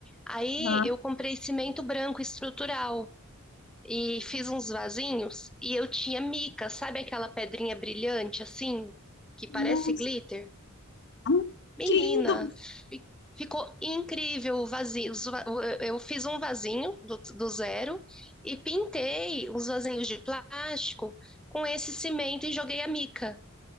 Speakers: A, in the centre; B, on the left (about 50°).
A: Aí
B: Aham.
A: eu comprei cimento branco estrutural e fiz uns vasinhos e eu tinha mica, sabe aquela pedrinha brilhante assim, que parece
B: Nossa,
A: glitter?
B: ah,
A: Menina,
B: que lindo!
A: fi- ficou incrível o vasinho. os va- Eu fiz um vasinho do, do zero e pintei os vasinhos de plástico com esse cimento e joguei a mica.